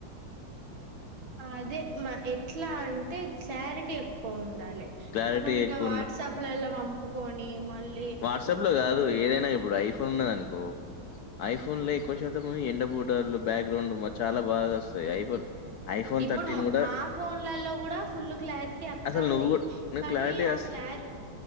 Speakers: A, on the right (about 85°); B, on the left (about 75°).
A: అదే మా ఎట్లా అంటే క్లారిటీ పోం దళ్ళే
B: క్లారిటీ
A: మనం ఇట్లా
B: ఎక్కువున్న
A: వట్సాప్ ల లో ప కోని మల్
B: వాట్సాప్ లో కాదు ఏదైనా ఇప్పుడు ఐ ఫోన్ ఉన్నది అనుకో, ఐఫోన్ లో ఎక్కువ శాతం ఎండ బూటర్లు బ్యాక్గ్రౌండ్ చాలా బాగా వస్తాయి. ఐఫోన్ ఐఫోన్
A: ఇప్పుడు
B: గూడా
A: మా ఫోన్లలో కూడా ఫుల్ క్లారిటీ వత్తంది.
B: అసలు నువ్వు గూ నువ్వు
A: కానీ
B: క్లారిటీ
A: ఆ
B: అస్
A: క్లారి